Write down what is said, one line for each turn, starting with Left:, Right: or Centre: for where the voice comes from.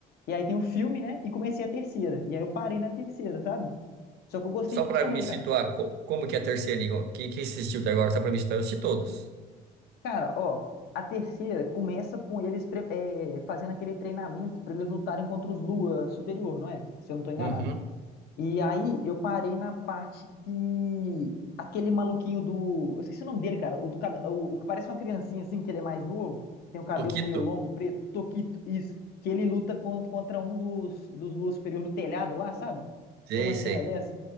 Left: e aí tem o filme, né? E comecei a terceira. E aí eu parei na terceira, sabe? Só que eu gostei
Right: Só
Left: muito
Right: pra
Left: também,
Right: me
Left: cara.
Right: situar, co- como que é a terceira liga? O que, que você assistiu até agora? Só pra me situar, eu assisti todos.
Left: Cara, ó, a terceira começa com eles pre- eh, fazendo aquele treinamento pra eles lutarem contra os Lua Superior, não é? Se eu não tô enganado.
Right: Uhum.
Left: E aí eu parei na parte que aquele maluquinho do. Eu esqueci o nome dele, cara. O, do, cabe- o, o que parece uma criancinha assim, que ele é mais novo, tem o cabelo
Right: Tokito?
Left: meio longo, preto. Toquito, isso. Que ele luta con- contra um dos, dos Lua Superior no telhado lá, sabe?
Right: Sei,
Left: Tem uma cena
Right: sei.
Left: dessa.